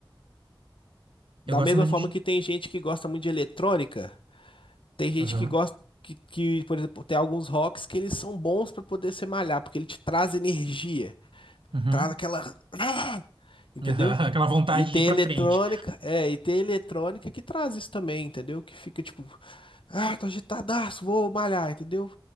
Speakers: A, on the right; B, on the left.
A: Eu
B: Da
A: gosto
B: mesma
A: muito
B: forma
A: de.
B: que tem gente que gosta muito de eletrônica, tem gente
A: Aham.
B: que gosta que, que, por exemplo, tem alguns rocks que eles são bons pra poder se malhar, porque ele te traz energia,
A: Uhum. Aham.
B: traz aquela, <laughs> ah! entendeu?
A: <laughs> Aquela vontade
B: E tem
A: de ir pra
B: eletrônica,
A: frente.
B: é, e tem eletrônica que traz isso também, entendeu? Que fica tipo, ah, tô agitadaço, vou malhar, entendeu?